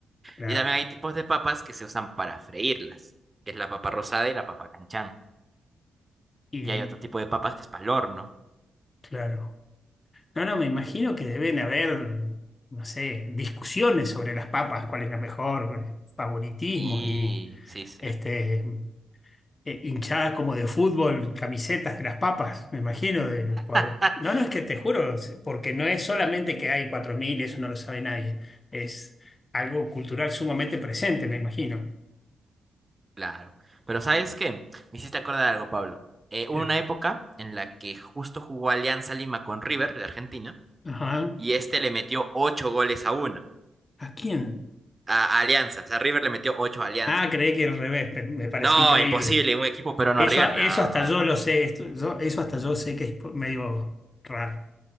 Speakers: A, on the left; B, on the right.
A: Claro.
B: Y también hay tipos de papas que se usan para freírlas, que es la papa rosada y la papa canchán.
A: Y
B: Y hay otro tipo de papas que es para el horno.
A: claro. No, no, me imagino que deben haber, no sé, discusiones sobre las papas, cuál es la mejor, eh, favoritismos
B: Sí,
A: y
B: sí, sí.
A: este eh, hinchadas como de fútbol, camisetas de las papas, me imagino. de- por-
B: <laughs>
A: No, no, es que te juro, es- porque no es solamente que hay 4.000 eso no lo sabe nadie. Es algo cultural sumamente presente, me imagino.
B: Claro. Pero ¿sabes qué? Me hiciste acordar algo, Pablo. Eh,
A: ¿Qué?
B: hubo una época en la que justo jugó Alianza Lima con River de Argentina
A: Ajá.
B: y este le metió ocho goles a uno.
A: ¿A quién?
B: A, a Alianza. O sea, River le metió ocho a Alianza.
A: Ah, creí que al revés, pe- me parecía
B: No,
A: increíble.
B: imposible, un equipo peruano
A: Eso,
B: a River. No,
A: eso hasta yo lo sé, esto- yo- eso hasta yo sé que es po- medio raro.